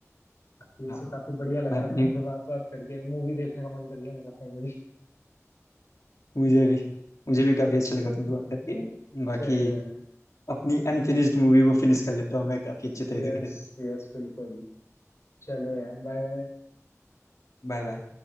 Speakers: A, on the left (about 55°); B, on the left (about 75°).
A: बाकी वैसे
B: हाँ
A: काफी बढ़िया लगा
B: मैं अपनी
A: तुमसे बात बात करके मूवी देखने का मन कर गया मेरा फाइनली
B: मुझे भी मुझे भी काफी अच्छा लगा तुमसे बात करके बाकी
A: चलो यार
B: अपनी अनफिनिश्ड मूवी को फिनिश कर लेता हूँ मैं काफी अच्छे तरीके
A: यस
B: से
A: यस बिल्कुल चलो यार बाय बाय
B: Bye bye